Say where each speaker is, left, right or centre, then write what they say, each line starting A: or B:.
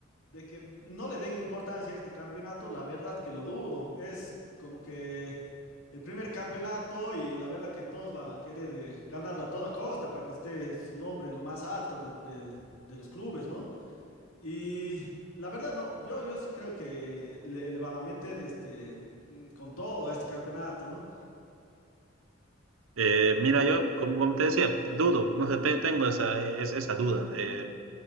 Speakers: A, on the left; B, on the right.
A: de que no le den importancia a este campeonato, la verdad que lo dudo. Es como que el primer campeonato y la verdad que todos van a querer eh, ganarlo a toda costa para que esté su nombre en lo más alto de, de- de los clubes, ¿no? Y la verdad no, yo, yo sí creo que le, le van a meter este, mm, con todo a este campeonato, ¿no?
B: Eh, mira, yo, como, como te decía, dudo, no sé, te- tengo esa, es- esa duda. Eh,